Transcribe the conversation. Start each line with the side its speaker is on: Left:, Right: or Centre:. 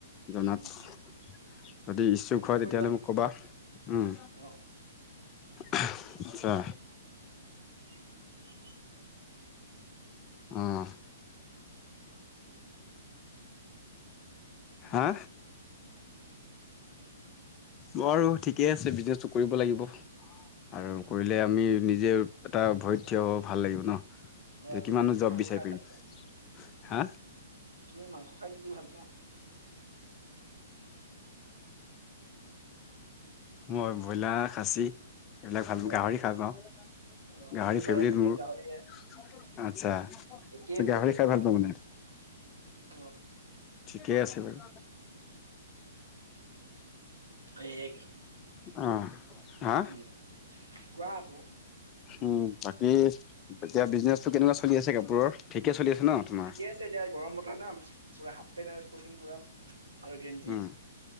Left: জনাম।
Right: উম উম
Left: যদি ইচ্ছুক
Right: কন্টেক্ট
Left: হয়,
Right: কৰিবা
Left: তেতিয়াহলে মোক কবা উম।
Right: অ
Left: আচ্ছা।
Right: <inaudible>
Left: অঁহ
Right: <inaudible>
Left: হা? বাৰু ঠিকে আছে। বিজনেচটো কৰিব লাগিব। আৰু কৰিলে
Right: উম
Left: আমি নিজে এটা ভৰিত থিয় হব ভাল লাগিব ন। ত'
Right: অ তুমি
Left: কিমান
Right: কি
Left: নো
Right: কি
Left: জব
Right: মাংস
Left: বিচাৰি
Right: খাই ভাল
Left: ফুৰিম।
Right: পোৱা
Left: হা?
Right: তুমি মাংস খাই কি কি ভাল পোৱা?
Left: মই ব্ৰইলাৰ, খাচী। এইবিলাক ভাল পাওঁ,
Right: অ',
Left: গাহৰি ভাল পাওঁ,
Right: অ',
Left: গাহৰি
Right: মোৰ
Left: ফেভেৰেট
Right: বাৰু ফেভৰেট
Left: মোৰ।
Right: গাহৰিয়ে,
Left: আচ্ছা। ত'
Right: একেই মোৰ
Left: গাহৰি
Right: ফেভৰেট
Left: খাই ভাল পোৱা মানে?
Right: অ
Left: ঠিকে আছে বাৰু।
Right: এ
Left: অ', হা?
Right: উম, কোৱা আক'?
Left: উম, বাকী এতিয়া বিজনেচটো কেনেকুৱা চলি আছে কাপোৰৰ? ঠিকে চলি আছে ন? তোমাৰ?
Right: ঠিকে আছে দিয়া গৰম বতৰ না পুৰা হাফ পেণ্ট আৰু ইছপৰ্তিন পুৰা আৰু গেঞ্জি
Left: উম